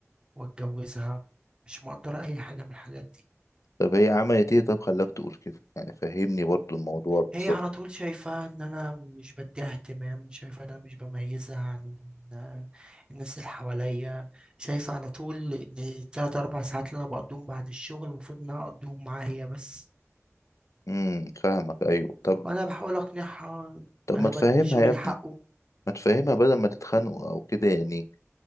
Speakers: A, on the right; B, on the left.
A: وأتجوزها مش مقدرة أي حاجة من الحاجات دي
B: طب هي عملت ايه طب خلاك تقول كده يعني فهمني برضو الموضوع
A: هي
B: بالظبط
A: على طول شايفة ان انا مش بديها اهتمام شايفة ان انا مش بميزها عن ال- الناس اللي حواليا شايفة على طول ان التلات اربع ساعات اللي انا بقضيهم بعد الشغل المفروض ان انا اقضيهم معاها هي بس
B: امم فاهمك ايوه طب
A: وانا بحاول اقنعها
B: طب
A: انا
B: ما تفهمها
A: بدي الشغل
B: يا ابني
A: حقه
B: ما تفهمها بدل ما تتخانقوا او كده يعني